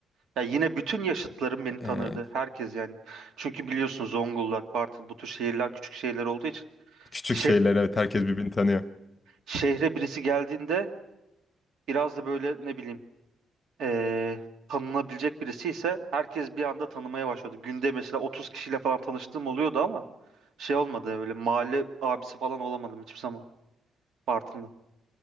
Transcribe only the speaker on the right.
Ya yine bütün yaşıtlarım beni
tanırdı. Herkes yani. Çünkü biliyorsun Zonguldak, Bartın bu tür şehirler küçük şehirler olduğu için
şe
şehre birisi geldiğinde biraz da böyle ne bileyim eee, tanınabilecek birisi ise herkes bir anda tanımaya başladı. Günde mesela 30 kişiyle falan tanıştığım oluyordu ama şey olmadı öyle mahalle abisi falan olamadım hiçbir zaman Bartın'da.